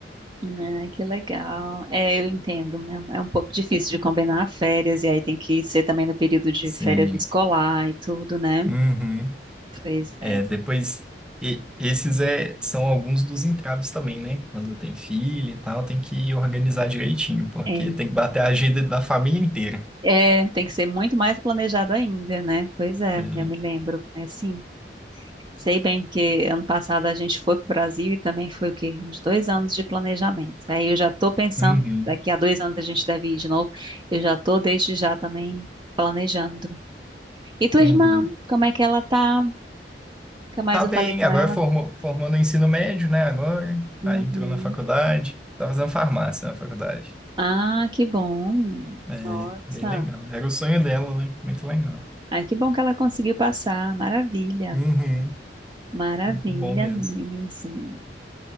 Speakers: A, on the right; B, in the centre.
A: né, que legal. É, eu entendo. né, É um pouco difícil de combinar férias, e aí tem que ser também no período de
B: Sim.
A: férias escolar e tudo, né?
B: Uhum.
A: Pois é.
B: É, depois, e- esses é, são alguns dos entraves também, né? Quando tem filho e tal, tem que organizar direitinho, porque
A: É,
B: tem que bater a agenda da família inteira.
A: é, tem que ser muito mais planejado ainda, né? Pois é,
B: É.
A: já me lembro. É sim. Sei bem, porque ano passado a gente foi para o Brasil e também foi o quê? Uns dois anos de planejamento. Aí eu já estou pensando,
B: Uhum.
A: daqui a dois anos a gente deve ir de novo. Eu já estou desde já também planejando. E tua
B: Uhum.
A: irmã, como é que ela tá? Nunca mais
B: Tá
A: eu
B: bem,
A: falei com
B: agora
A: ela.
B: formou, formou no ensino médio, né? Agora,
A: Uhum.
B: aí entrou na faculdade, tá fazendo farmácia na faculdade.
A: Ah, que bom.
B: É,
A: Nossa.
B: bem legal. Era o sonho dela, né? Muito legal.
A: Ai, que bom que ela conseguiu passar. Maravilha.
B: Uhum.
A: Maravilha
B: Muito bom mesmo.
A: mesmo.